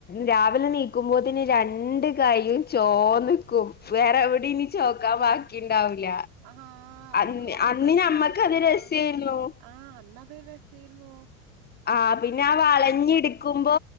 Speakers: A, on the left; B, on the right.
A: രാവിലെ നീക്കുമ്പോത്തിന് രണ്ട് കയ്യും ചോന്ന് ക്കും വേറെ എവടിനി ചോക്കാൻ ബാക്കിണ്ടാവൂല
B: ആഹ് നമ്മളെ
A: അന്ന്
B: മൊഖത്തൊക്കെ
A: അന്ന് ഞമ്മക്കത്
B: ആയിട്ടുണ്ടാവും
A: രസേര്ന്നു
B: ആഹ് അന്നതൊരു രസേയിര്ന്നു
A: ആ പിന്നാ വളഞ്ഞിടിക്കും ക്കുമ്പോ